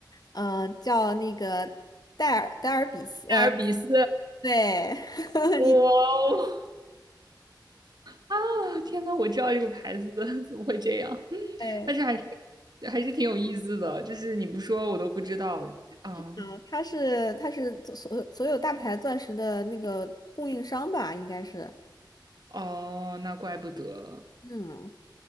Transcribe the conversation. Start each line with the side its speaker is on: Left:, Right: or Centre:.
Left: 嗯、呃叫那个戴尔戴尔比斯。呃，
Right: 艾尔比斯，
Left: 对，<laughs>
Right: 哇
Left: 你
Right: 哦，啊，天呐，我知道这个牌子的，怎么会这样？嗯但是还是
Left: 对，
Right: 还是挺有意思的，就是你不说我都不知道啊。
Left: 嗯、他是他是所所所有大牌钻石的那个供应商吧，应该是。
Right: 哦，那怪不得
Left: 嗯，